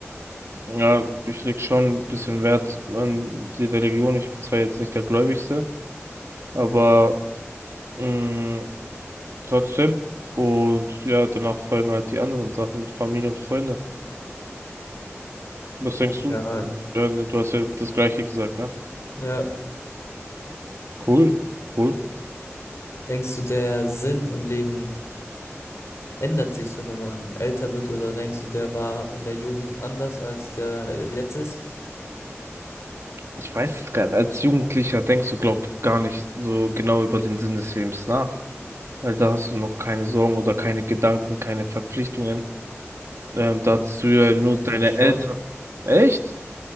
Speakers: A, on the right; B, on the left.
A: ja, ich leg schon ein bisschen Wert an die Religion. Ich bin zwar jetzt nicht der Gläubigste, aber mh, trotzdem. Und ja, danach folgen halt die anderen Sachen mit Familie und Freunde. Was denkst du?
B: Ja,
A: Äh, Du hast ja das Gleiche gesagt, ne?
B: Ja,
A: Cool, cool.
B: denkst du, der Sinn im Leben ändert sich so, wenn man älter wird, oder denkst du, der war in der Jugend anders, als der äh, jetzt ist?
A: Ich weiß es gar nicht. Als Jugendlicher denkst du, glaub, gar nicht so genau über den Sinn des Lebens nach. Weil da hast du noch keine Sorgen oder keine Gedanken, keine Verpflichtungen. Ähm, da hast du ja
B: Finde
A: nur deine
B: ich
A: Eltern.
B: schon,
A: Echt?